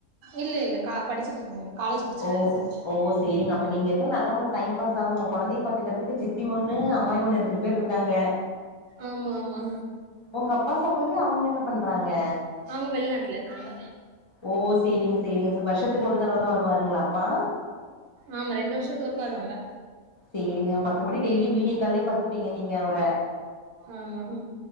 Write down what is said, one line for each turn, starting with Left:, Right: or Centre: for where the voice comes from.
Right: இல்ல இல்ல கா படிச்சிட்ருக்காங்க சேரிங்க
Left: ஓ ஓ சேரிங்க அப்ப நீங்க இருக்கது நல்லா உங்களுக்கு டைம் பாஸ் ஆகு உங்க கொழந்தைய பாத்துக்கறத்துக்கு சித்தி ஒன்னு அம்மாயி ஒன்னு ரெண்டு பேரு இருக் காங்க
Right: ஆமாம்மா
Left: ஒங்க அப்பா சகோதரி அவுங்க என்ன பண்றாங்க
Right: அவ்ங்க வெளிநாட்ல இருக்காங்க
Left: ஓ சேரிங்க சேரிங்க ச வர்ஷத்துக்கு ஒரு தரவதா வருவாருங்ளா அப்பா
Right: ஆமா ரெண்டு வருஷத்துக்கு ஒருக்கா வருவாங்க
Left: சேரிங்க மத்தபடி டெய்லியு வீடியோ கால்லே பாத்துப்பீங்க நீங்க அவர
Right: ஆமா